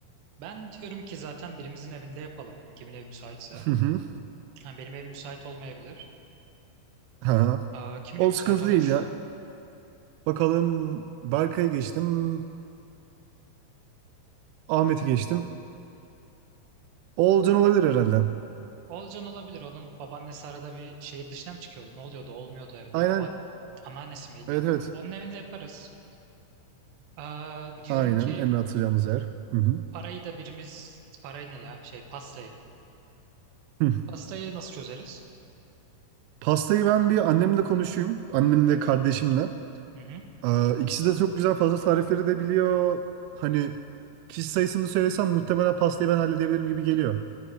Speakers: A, on the right (about 70°); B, on the right (about 85°).
A: Ben diyorum ki zaten birimizin evinde yapalım. Kimin evi müsaitse.
B: Hı hı.
A: Ha, benim evim müsait olmayabilir.
B: Ha.
A: Aa, kimin
B: O
A: evi müsait
B: sıkıntı
A: olur?
B: değil ya. Bakalım Berkay'ı geçtim. Ahmet'i geçtim. Oğulcan olabilir herhalde.
A: Olcan olabilir. Onun babaannesi arada bir şehir dışına mı çıkıyordu? Ne oluyordu? Olmuyordu evde.
B: Aynen.
A: Baban anneannesi miydi?
B: Evet evet.
A: Onun evinde yaparız. Aa, diyorum
B: Aynen.
A: ki
B: En rahat atacağımız yer. Hı hı.
A: parayı da birimiz parayı ne ya? Şey pastayı.
B: Hı.
A: Pastayı nasıl çözeriz?
B: Pastayı ben bir annemle konuşayım. Annemle kardeşimle.
A: Hı hı.
B: Ee, İkisi de çok güzel pasta tarifleri de biliyor. Hani kişi sayısını söylesem muhtemelen pastayı ben halledebilirim gibi geliyor.